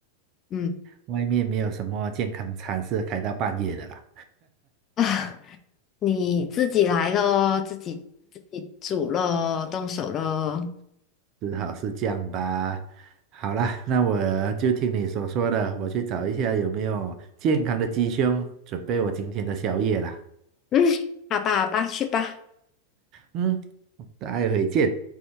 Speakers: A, on the left (about 30°); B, on the right (about 35°).
A: 嗯
B: 外面没有什么健康餐是开到半夜的啦。
A: 啊，<laughs> 你自己来咯，自己自己煮咯，动手咯。
B: 只好是这样吧。好啦，那我就听你所说的，我去找一下有没有健康的鸡胸，准备我今天的宵夜啦。
A: 嗯，好吧好吧，去吧。
B: 嗯，待会见。